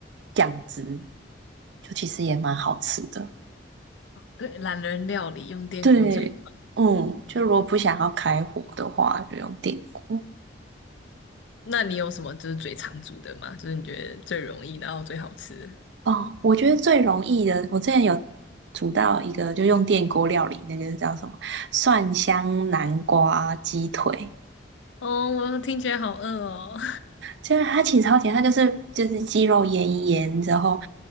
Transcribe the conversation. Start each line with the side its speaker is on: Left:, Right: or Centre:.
Right: 酱汁，就其实也蛮好吃的。
Left: 对，懒人料理用电锅最快。
Right: 对，嗯，就如果不想要开火的话，就用电锅。
Left: 那你有什么就是最常煮的吗？就是你觉得最容易，然后最好吃的
Right: 哦，我觉得最容易的，我之前有煮到一个，就用电锅料理，那个叫什么蒜香南瓜鸡腿，
Left: 哦，我听起来好饿哦。
Right: 就是它其实超甜，它就是就是鸡肉腌一腌，之后，